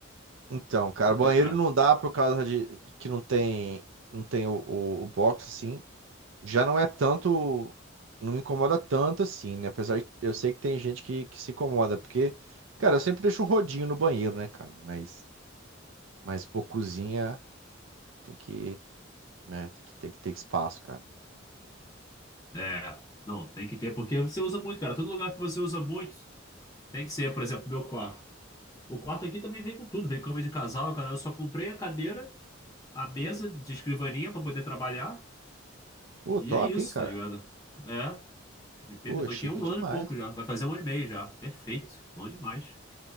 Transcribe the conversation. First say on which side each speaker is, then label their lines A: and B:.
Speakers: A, on the right (about 85°); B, on the left (about 20°).
A: Então, cara,
B: complicado.
A: banheiro não dá por causa de que não tem, não tem o, o, o box assim. já não é tanto, não me incomoda tanto assim, né? Apesar de eu sei que tem gente que, que se incomoda, porque, cara, eu sempre deixo um rodinho no banheiro, né, cara? Mas, mas pô, cozinha tem que, né, tem que, tem que ter espaço, cara.
B: É, não, tem que ter, porque você usa muito, cara, todo lugar que você usa muito, tem que ser, por exemplo, meu quarto. O quarto aqui também vem com tudo, vem cama de casal, cara, eu só comprei a cadeira, a mesa de escrivaninha pra poder trabalhar,
A: Pô,
B: e
A: top,
B: é isso,
A: hein, cara?
B: tá ligado? É. E perfeito.
A: Pô,
B: Tô
A: chique
B: aqui há um
A: demais,
B: ano e pouco
A: cara.
B: já. Vai fazer um ano e meio já. Perfeito. Bom demais.